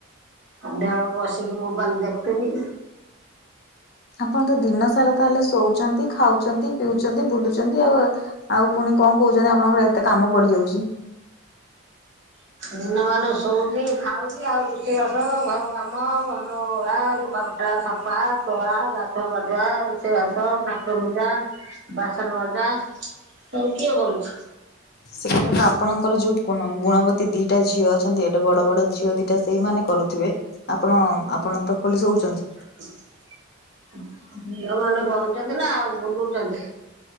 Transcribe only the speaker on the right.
ସଂଧ୍ୟା ବେଳକୁ ବସିକି ମୋବାଇଲ ଦେଖଥିଲି।
ଦିନମାନ ଶୋଉଚି ଖାଉଚି ଆଉ ରୋଷେଇ ବାସ ଘର କାମ ଘର ଓଳା ଲୁଗାପ ଟା ସଫା ତୋଳା ଗାଧୁଆ ପାଧୁଆ ରୋଷେଇ ବାସ ଠାକୁର ପୂଜା। ବାସନ ମଜା ସବୁ କିଏ କରୁଛି?
<inaudible> ଝିଅ ମାନେ କରୁଚନ୍ତି ନା ଆଉ ବୁଲୁଚନ୍ତି।